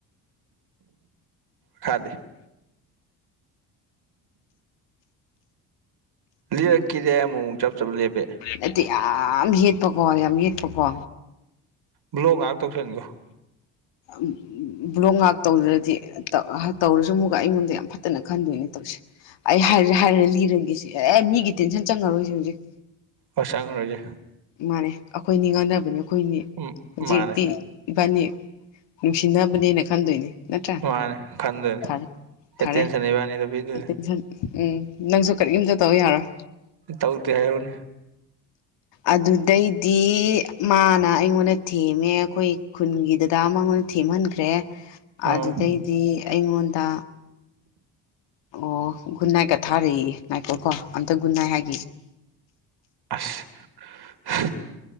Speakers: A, on the right; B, on the left.
A: ꯊ ꯂꯤꯔꯛꯀꯤꯗꯦ ꯑꯩ ꯑꯃꯨꯛ ꯑꯃꯨꯛ ꯆꯞ ꯆꯞ ꯂꯦꯞꯄꯦ
B: ꯅꯗꯤ ꯌꯥꯝ ꯌꯦꯠꯄꯀꯣ ꯌꯥꯝ ꯌꯦꯠꯄꯀꯣ
A: ꯕ꯭ꯂꯣ ꯉꯥꯏꯍꯥꯛ ꯇꯧꯁꯟꯒꯣ
B: ꯎ ꯕ꯭ꯂꯣꯡ ꯉꯥꯛ ꯇꯧꯗ꯭ꯔꯗꯤ ꯇꯧꯔꯁꯨ ꯑꯃꯨꯛꯒ ꯑꯩꯉꯣꯟꯗ ꯌꯥꯝ ꯐꯠꯇꯅ ꯈꯟꯗꯣꯏꯅꯦ ꯇꯧꯔꯤꯁꯦ ꯑꯩ ꯍꯥꯏꯔꯦ ꯍꯥꯏꯔꯦ ꯂꯤꯔꯒꯦꯁꯤ ꯑꯦ ꯃꯤꯒꯤ ꯇꯦꯟꯁꯟ ꯆꯪꯉꯔꯣꯏꯁꯤ ꯍꯧꯖꯤꯛ
A: ꯋꯥꯁꯪ ꯔꯣꯖꯦ
B: ꯃꯥꯅꯦ ꯑꯩꯈꯣꯏꯅꯤ ꯉꯥꯡꯅꯕꯅꯤ ꯑꯩꯈꯣꯏꯅꯤ
A: ꯎꯝ
B: ꯍꯧꯖꯤꯛ
A: ꯃꯥꯅꯦ
B: ꯏꯕꯥꯅꯤ ꯅꯨꯡꯁꯤꯅꯕꯅꯦꯅ ꯈꯟꯗꯣꯏꯅꯦ ꯅꯠꯇ꯭ꯔ
A: ꯃꯥꯅꯦ ꯈꯟꯗꯣꯏꯅꯦ
B: ꯐꯔꯦ
A: ꯑꯦꯇꯦꯟꯁꯟ
B: ꯐꯔꯦ
A: ꯏꯕꯥꯅꯤꯗ ꯄꯤꯗꯣꯏꯅꯦ
B: ꯇꯟ ꯎꯝ ꯅꯪꯁꯨ ꯀꯔꯤꯝꯇꯠꯇꯧꯕ ꯌꯥꯔꯣꯏ
A: ꯇꯧꯗꯦ ꯍꯥꯏꯔꯣꯅꯦ
B: ꯑꯗꯨꯗꯩꯗꯤ ꯃꯥꯅ ꯑꯩꯉꯣꯟꯗ ꯊꯦꯝꯃꯦ ꯑꯩꯈꯣꯏ ꯈꯨꯟꯒꯤꯗꯗꯥ ꯃꯉꯣꯟ ꯊꯦꯝꯍꯟꯈ꯭ꯔꯦ
A: ꯑꯥ
B: ꯑꯗꯨꯗꯩꯗꯤ ꯑꯩꯉꯣꯟꯗ ꯑꯣ ꯒꯨꯟꯅꯥꯏꯀ ꯊꯥꯔꯛꯏꯦ ꯅꯥꯏꯀꯣ ꯀꯣ ꯑꯝꯇ ꯒꯟꯅꯥꯏ ꯍꯥꯏꯦ
A: ꯑꯁ